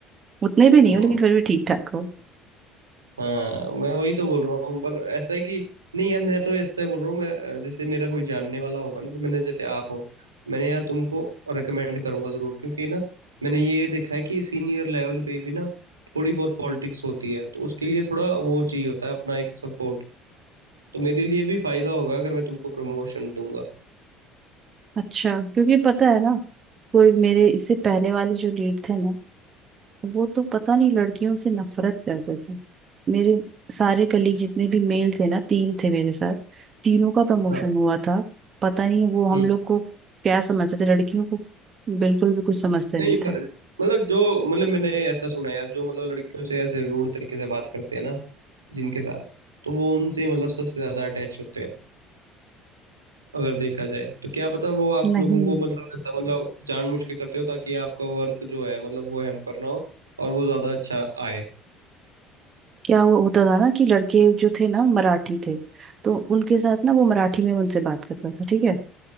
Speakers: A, on the right; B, on the right.
A: उतने भी नहीं
B: अब
A: हो लेकिन फिर भी ठीक ठाक हो
B: हाँ मैं वही तो बोल रहा हूँ पर ऐसा है कि नहीं यार मैं तो इस तरह बोल रहा हूँ मैं जैसे मेरा कोई जानने वाला होगा ना तो मैंने जैसे आप हो तो मैंने यार तुमको रिकमेंड करूंगा जरूर क्योंकि ना मैंने ये देखा है कि सीनियर लेवल पे भी ना थोड़ी बहुत पॉलिटिक्स होती है तो उसके लिए थोड़ा वो चाहिए होता है अपना एक सपोर्ट तो मेरे लिए भी फायदा होगा अगर मैं तुमको प्रमोशन दूंगा
A: अच्छा क्योंकि पता है ना कोई मेरे इससे पहले वाले जो लीड थे ना वो तो पता नहीं लड़कियों से नफरत करते थे मेरे सारे कलीग जितने भी मेल थे ना तीन थे मेरे साथ तीनों का प्रमोशन
B: हाँ
A: हुआ था पता नहीं वो
B: हम्म
A: हम लोग को क्या समझते थे लड़कियों को बिल्कुल भी कुछ समझते
B: नहीं
A: नहीं
B: पर
A: थे
B: मतलब जो मतलब मैंने ऐसा सुना है यार जो मतलब लड़कियों से ऐसे रूड तरीके से बात करते हैं ना जिनके साथ तो वो उनसे मतलब सबसे ज्यादा अटैच होते हैं अगर देखा जाए तो क्या पता वो आप
A: नहीं
B: लोगों को मतलब ऐसा मतलब जानबूझ के करते हो ताकि आपका वर्क जो है मतलब वो हैम्पर ना हो और वो ज्यादा अच्छा आए
A: क्या वो होता था ना कि लड़के जो थे ना मराठी थे तो उनके साथ ना वो मराठी में उनसे बात करता था ठीक है